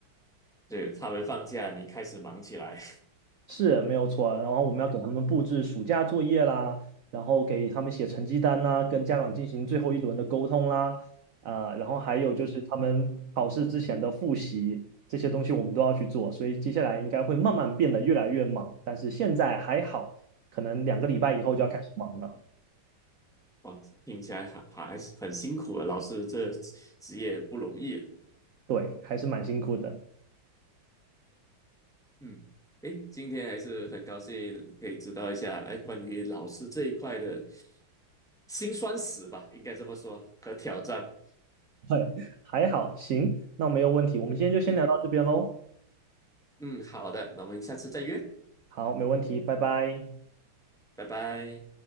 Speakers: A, in the centre; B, on the right.
A: 对，他们放假，你开始忙起来。
B: 是没有错啊，然后我们要给他们布置暑假作业啦，然后给他们写成绩单啦，跟家长进行最后一轮的沟通啦，啊、然后还有就是他们考试之前的复习这些东西我们都要去做，
A: <laughs> 嗯，
B: 所以接下来应该会慢慢变得越来越忙，但是现在还好，可能两个礼拜以后就要开始忙了，
A: 嗯，哇，听起来还还是很辛苦啊，老师这职业不容易啊
B: 对，还是蛮辛苦的
A: 嗯，诶，今天还是很高兴可以知道一下，哎，关于老师这一块的辛酸史吧，应该这么说，和挑战。
B: <laughs>，对，还好，行，那没有问题，我们今天就先聊到这边喽，
A: 嗯。嗯，好的，那我们下次再约，
B: 好，没问题，拜拜。
A: 拜拜。